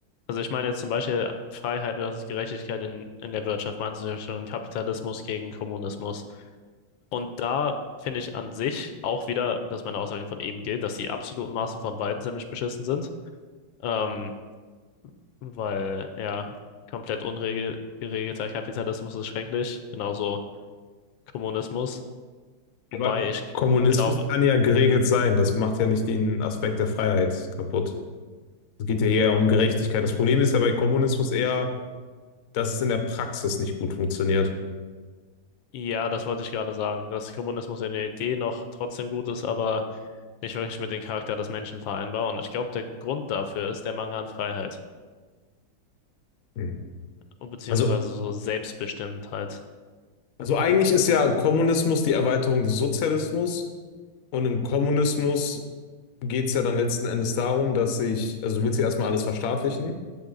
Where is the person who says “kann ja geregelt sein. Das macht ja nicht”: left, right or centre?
Left